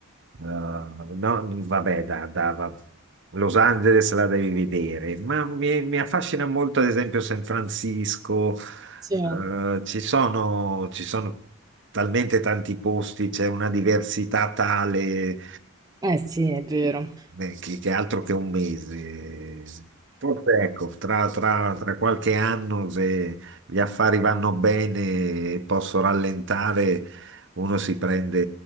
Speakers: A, on the right (about 55°); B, on the right (about 15°).
A: Eh, no, vabbè, da, da- va- Los Angeles la devi vedere, ma mi, mi affascina molto, ad esempio, San Francisco.
B: Sì.
A: Eh, ci sono, ci sono talmente tanti posti, c'è una diversità tale.
B: Eh sì, è vero.
A: Beh, che, che altro che un mese. Forse ecco, tra, tra- tra qualche anno, se gli affari vanno bene e posso rallentare, uno si prende